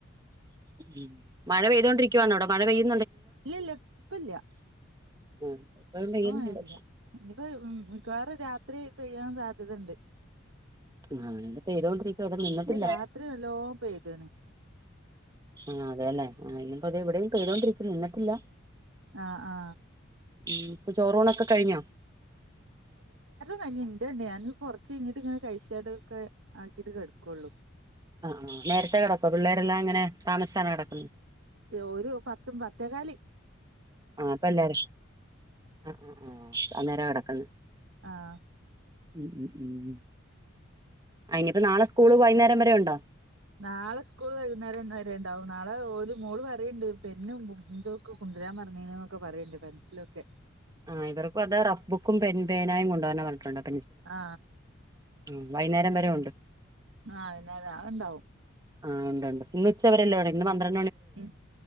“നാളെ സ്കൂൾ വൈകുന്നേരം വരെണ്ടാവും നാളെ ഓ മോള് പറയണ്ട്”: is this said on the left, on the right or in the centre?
Right